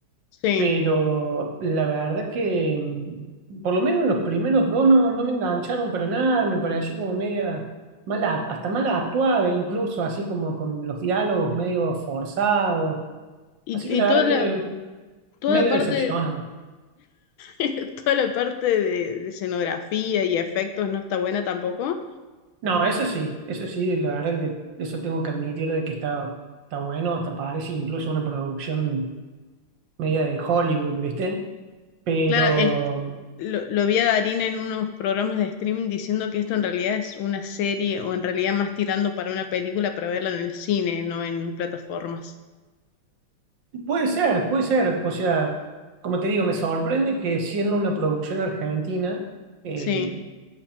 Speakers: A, on the left; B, on the right.
A: Sí,
B: pero la verdad que mm, por lo menos los primeros dos no, no me engancharon para nada, me pareció como media mala, hasta mala actuada, incluso así como con los diálogos medio forzados.
A: y,
B: Así que la
A: y toda
B: verdad
A: la,
B: que
A: toda
B: medio
A: la parte,
B: decepcionado.
A: <laughs> toda la parte de, de escenografía y efectos no está buena tampoco.
B: No, eso sí, eso sí, la verdad que eso tengo que admitir de que está, está bueno, hasta parece incluso una producción media de Hollywood, ¿viste? Pero
A: Claro, es- lo, lo vi a Darín en unos programas de streaming diciendo que esto en realidad es una serie o en realidad más tirando para una película para verla en el cine, no en plataformas.
B: Puede ser, puede ser. O sea, como te digo, me sorprende que siendo una producción argentina eh,
A: Sí,